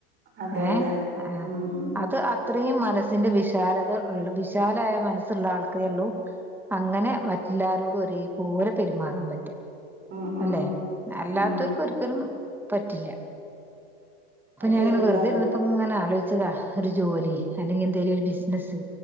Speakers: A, on the right; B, in the centre.
A: അതെ അതെ
B: ഏഹ്, ആഹ്
A: ഉം ഉം
B: അത് ആ. അത്രയും മനസ്സിന്റെ വിശാലത ഉള്ള വിശാലായ മനസ്സുള്ള ആൾക്കേ ള്ളൂ. അങ്ങനെ മറ്റല്ലാരോടും ഒരേ പോലെ പെരുമാറാൻ പറ്റാ.
A: ഉം ഉം
B: അല്ലെ, അല്ലാത്തോര്
A: ഉം
B: ക്ക് ഒരിക്കലും പറ്റില്ല. ഇപ്പൊ,
A: അത്
B: ഞാങ്ങനെ
A: കയ്യൂലാന്ന്
B: വെറുതെ ഇരുന്ന പ്പങ്ങനെ ആലോയിച്ചതാ, ഒരു ജോലി, അല്ലെങ്കി എന്തെങ്കിലും ഒരു ബിസിനസ്സ്.